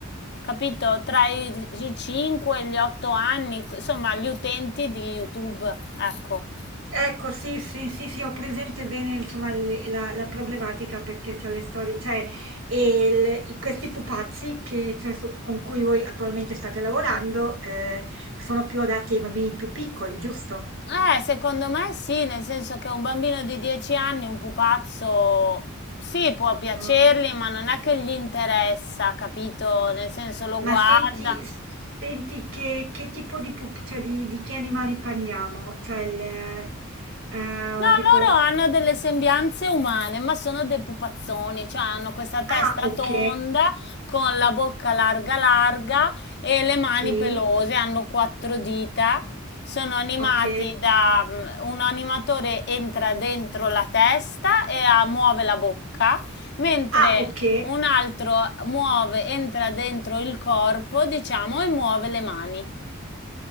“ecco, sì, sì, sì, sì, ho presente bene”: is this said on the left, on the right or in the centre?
Right